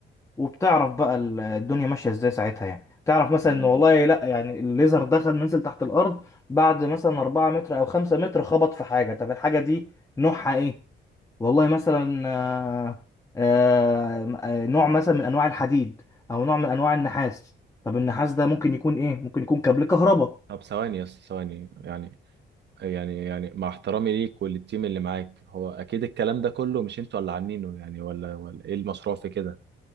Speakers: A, on the left (about 15°); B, on the right (about 60°).
A: وبتعرف بقى ال- الدنيا ماشيه ازاي ساعتها يعني تعرف مثلا
B: تمام
A: ان والله لا يعني الليزر دخل نزل تحت الارض بعد مثلا 4 متر او 5 متر خبط في حاجه طب الحاجه دي نوعها ايه والله مثلا آه، آه، آه، نوع مثلا من انواع الحديد او نوع من انواع النحاس طب النحاس ده ممكن يكون ايه ممكن يكون كابل كهرباء
B: طب ثواني يا اسطى ثواني يعني يعني يعني مع احترامي ليك وللتيم اللي معاك هو اكيد الكلام ده كله مش انتوا اللي عاملينه يعني ولا ولا ايه المشروع في كده